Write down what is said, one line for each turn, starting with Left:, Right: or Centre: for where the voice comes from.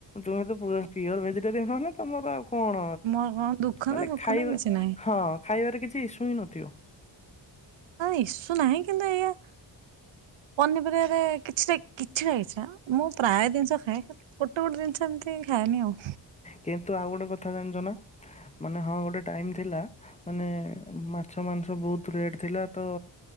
Left: ତୁମେ ତ ପୁ-ପିଓର୍ ଭେଜିଟେରିୟାନ୍ ହନା ତୋମର ଆଉ କଣ
Right: ମୋର କଣ ଦୁଃଖ
Left: ମାନେ
Right: ନା ସୁଖ
Left: ଖାଇବା,
Right: ନା କିଛି ନାହିଁ।
Left: ହଁ ଖାଇବାରେ କିଛି ଇସୁ ହିଁ ନଥିବ।
Right: ହଁ ଇସୁ ନାହିଁ, କିନ୍ତୁ ଏଇଆ ପନିପରିବାରେ କିଛିଟା କିଛିଟା କିଛିଟା ମୁଁ ପ୍ରାୟ ଜିନିଷ ଖାଏ। ଖାଲି ଗୋଟେ ଗୋଟେ ଜିନିଷ ଏମିତି ଖାଏନି ଆଉ।
Left: କିନ୍ତୁ ଆଉ ଗୋଟେ କଥା ଜାଣିଚ ନା, ମାନେ ହଁ ଗୋଟେ ଟାଇମ୍ ଥିଲା। ମାନେ ମାଛ ମାଂସ ବହୁତ ରେଟ ଥିଲା ତ